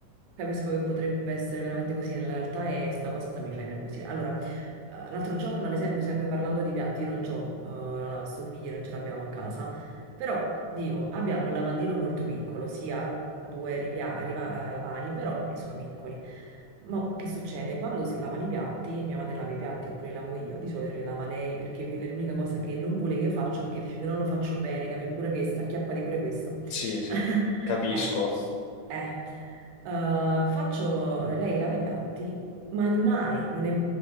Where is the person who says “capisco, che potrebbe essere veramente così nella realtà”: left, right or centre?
Right